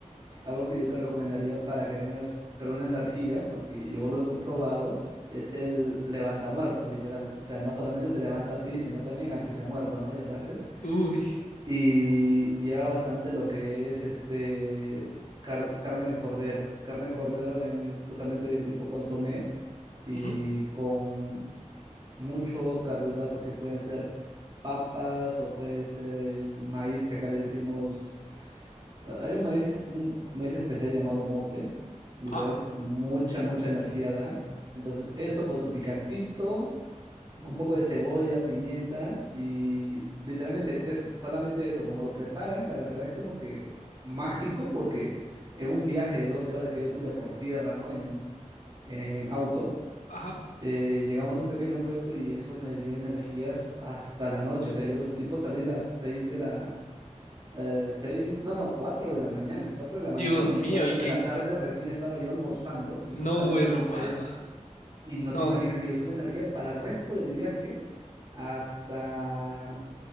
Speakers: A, on the right; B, on the left.
A: Algo que yo te recomendaría para que tengas, pero una energía, porque yo lo he comprobado, es el levantamuertos, literal. O sea, no solamente te levanta a ti, sino también al que se ha muerto, ¿no? Ya sabes.
B: Uy,
A: Y lleva bastante lo que es este car- carne de cordero. Carne de cordero en, justamente de tipo consomé y
B: ujú,
A: con mucho carbohidrato que pueden ser papas o puede ser el maíz que acá le decimos. eh, Hay un maíz, un maíz especial llamado mote, literal,
B: ah,
A: mucha, mucha energía da. Entonces, eso con su picantito, con un poco de cebolla, pimienta y literalmente eso, solamente eso, como lo preparan, la verdad es como que mágico porque en un viaje de 12 horas que yo tuve por tierra, ¿no? En, en auto,
B: ajá.
A: eh, llegamos a un pequeño puesto y eso me dio energías hasta la noche. O sea, yo tipo salí de las 6 de la... eh, seis, no, no, 4 de la mañana, 4 de la mañana
B: Dios
A: y
B: mío,
A: 4
B: y
A: de
B: que
A: la tarde recién estaba yo almorzando y
B: no,
A: justamente
B: hermana.
A: almorcé eso. Y no
B: No,
A: te imaginas que yo tuve energía para el resto del viaje hasta